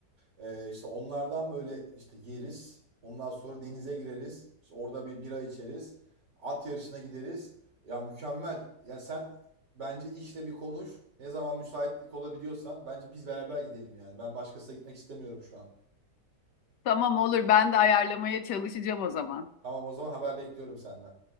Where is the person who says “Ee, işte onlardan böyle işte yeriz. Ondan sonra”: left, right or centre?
Right